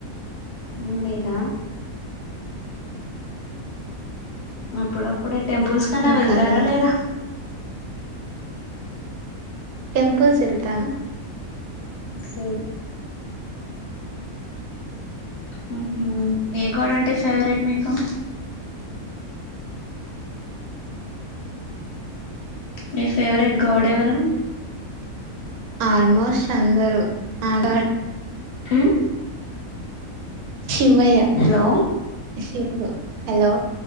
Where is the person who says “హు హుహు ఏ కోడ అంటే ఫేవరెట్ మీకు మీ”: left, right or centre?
Left